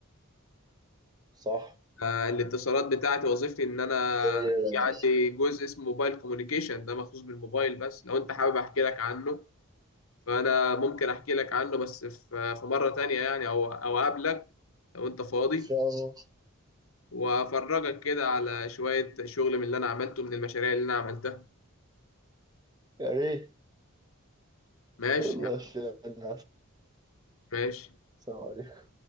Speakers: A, on the right; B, on the left.
A: صح
B: آه، الاتصالات بتاعتي وظيفتي ان انا
A: إيه،
B: في عندي جزء اسمه موبايل كوميونيكيشن ده مخصوص بالموبايل بس لو انت حابب احكي لك عنه فانا ممكن احكي لك عنه بس في في مرة تانية يعني او او اقابلك لو انت فاضي
A: ان شاء الله
B: وافرجك كده على شوية شغل من اللي انا عملته من المشاريع اللي انا عملتها
A: يا ريت
B: ماشي
A: والله
B: يعني،
A: عشان
B: ماشي
A: السلام عليكم